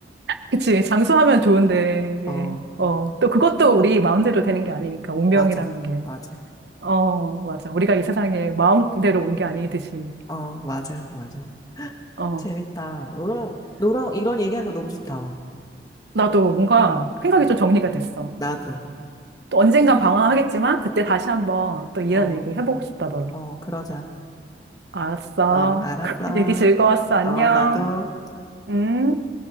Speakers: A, on the right; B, on the left.
A: 그치. 장수하면 좋은데,
B: <laughs>
A: 이게,
B: 어,
A: 어, 또 그것도 우리 마음대로 되는 게 아니니까, 운명이라는
B: 맞아,
A: 게.
B: 맞아.
A: 어, 맞아. 우리가 이 세상에 마음대로 온 게 아니듯이.
B: 어, 맞아, 맞아.
A: 어,
B: 재밌다. 응, 너랑 이런 얘기하는 거 너무 좋다.
A: 나도 뭔가
B: 응,
A: 생각이 좀 정리가 됐어.
B: 나도.
A: 또 언젠간 방황하겠지만, 그때 다시 한번 또 이런
B: 어,
A: 얘기 해보고 싶다, 더라
B: 어, 그러자.
A: 알았어.
B: 어, 알았어.
A: <laughs> 얘기 즐거웠어. 안녕.
B: 어, 나도.
A: 음.